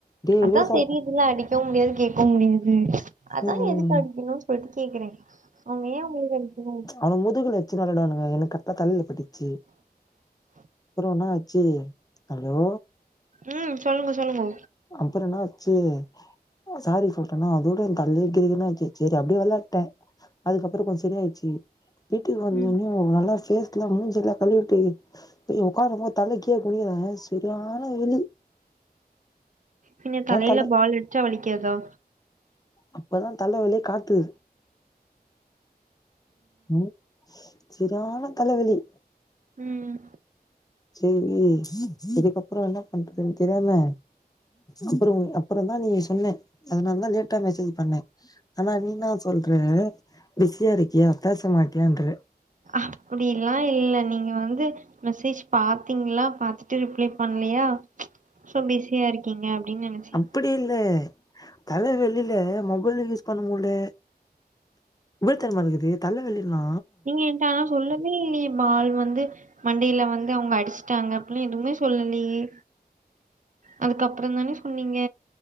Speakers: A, on the left; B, on the right.
A: டே
B: அதா
A: லூசாடா
B: தெரியுதுல்ல அடிக்கவு முடியாது கேட்கவு முடியாது அதா
A: ம்
B: எதுக்கு அடிக்கணும்னு சொல்லிட்டு கேக்குறே அவங்க ஏன் உங்கள அடிக்கணு
A: அவன் முதுகல வச்சு தா விளையாடுவானுங்க எனக்கு கரெக்ட்டா தல்லைல பட்டுச்சு அப்புறோ என்னாச்சு அலோ
B: ம் சொல்லுங்க சொல்லுங்க
A: அப்புற என்னாச்சு சாரி சொல்டனா அதோட என் தல்லே கிருகிருன்னு ஆகிச்சி சரி அப்டியே விளாட்டே அதுக்கப்பறோ கொஞ்சோ சரி ஆயிச்சு வீட்டுக்கு வந்தோன்னே
B: ம்
A: நல்லா பேஸ்லாம் மூஞ்செல்ல கழுவிட்டு போய் உட்காரம்போ தல அப்டியே குனிற சரியான இழு
B: பின்ன தலையில
A: தல
B: பால் அடிச்சா வலிக்காதா
A: அப்பதா தலவலியே காத்துது ம் செரியான தலவலி
B: ம்
A: சேரி இதுக்கப்புற என்ன பண்றதுன்னு தெரியாம அப்புறோ அப்புறோ தா நீ சொன்ன அதனால தா லேட்டா மெசேஜ் பண்ண ஆனா நீ நா சொல்ற பிஸியா இருக்கியா பேச மாட்டியான்ற
B: அப்படிலா இல்ல நீங்க வந்து மெசேஜ் பாத்தீங்ளா பாத்துட்டு ரிப்ளே பண்லையா சோ பிஸியா இருக்கீங்க அப்டின் நெனச்சே
A: அப்படி இல்ல தல வலில மொபைல் யூஸ் பண்ண முலே வில் தரமாரி இருக்குது தல வலிமா
B: நீங்க என்ட ஆனா சொல்லவே இல்லையே பால் வந்து மண்டையில வந்து அவங்க அடிச்டாங்க அப்படி எதுமே சொல்லலையே அதுக்கப்புற தானே சொன்னீங்க